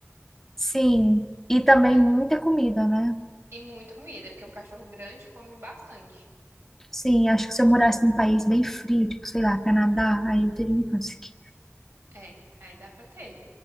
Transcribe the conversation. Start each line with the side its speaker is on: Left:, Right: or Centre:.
Centre: Sim, e também
Right: E
Centre: muita comida, né?
Right: e muita comida, porque um cachorro grande come bastante.
Centre: Sim, acho que se eu morasse num país bem frio, tipo, sei lá, Canadá, aí eu teria um husky.
Right: É, aí dá pra ter.